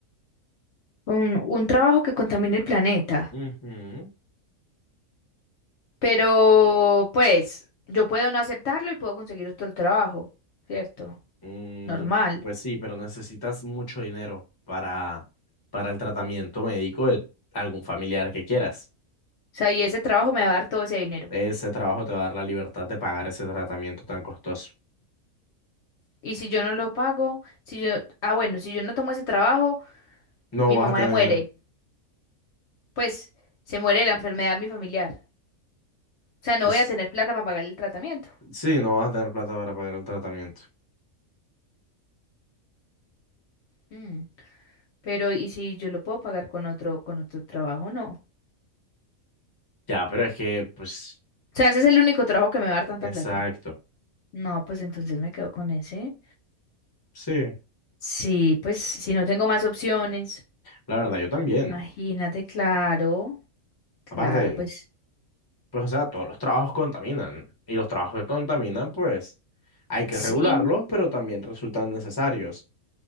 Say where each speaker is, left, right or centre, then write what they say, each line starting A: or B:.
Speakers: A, on the left; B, on the left.
A: Un, un trabajo que contamine el planeta,
B: Ujú.
A: pero pues yo puedo no aceptarlo y puedo conseguir otro trabajo, ¿cierto?
B: Mm,
A: Normal.
B: pues sí, pero necesitas mucho dinero para, para el tratamiento médico de algún familiar que quieras.
A: O sea, y ese trabajo me va a dar todo ese dinero.
B: Ese trabajo te va a dar la libertad de pagar ese tratamiento tan costoso.
A: Y si yo no lo pago, si yo, ah, bueno, si yo no tomo ese trabajo,
B: No
A: mi
B: vas
A: mamá
B: a tener,
A: me muere. Pues se muere de la enfermedad de mi familiar. O sea, no
B: pues,
A: voy a tener plata para pagar el tratamiento.
B: sí, no vas a tener plata para pagar el tratamiento.
A: Mm, Pero, ¿y si yo lo puedo pagar con otro, con otro trabajo? No.
B: Ya, pero es que, pues,
A: O sea, ese es el único trabajo que me va a dar tanta
B: exacto.
A: plata. No, pues entonces me quedo con ese.
B: Sí,
A: Sí, pues si no tengo más opciones,
B: la verdad, yo también.
A: imagínate, claro, claro,
B: Aparte,
A: pues
B: pues, o sea, todos los trabajos contaminan. Y los trabajos que contaminan, pues, hay que
A: sí,
B: regularlos, pero también resultan necesarios.